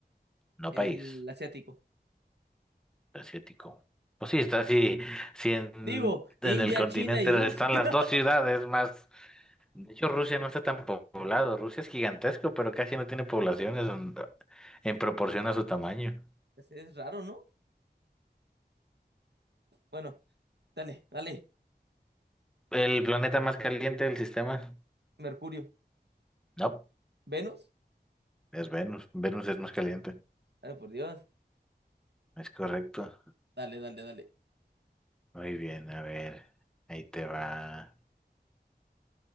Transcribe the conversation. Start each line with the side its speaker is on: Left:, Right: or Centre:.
Centre: no
Right: El
Centre: país.
Right: asiático.
Centre: Asiático. Pues sí, está así. Si en,
Right: Digo, India,
Centre: en el continente
Right: China y Rusia.
Centre: están
Right: <laughs>
Centre: las dos ciudades más. De hecho, Rusia no está tan poblado. Rusia es gigantesco, pero casi no tiene poblaciones en, en proporción a su tamaño.
Right: Es es raro, ¿no? Bueno, dale, dale.
Centre: ¿El planeta más caliente del sistema?
Right: Mercurio.
Centre: No,
Right: Venus.
Centre: es Venus. Venus es más caliente.
Right: Ay, por Dios.
Centre: Es correcto.
Right: Dale, dale, dale.
Centre: Muy bien, a ver. Ahí te va.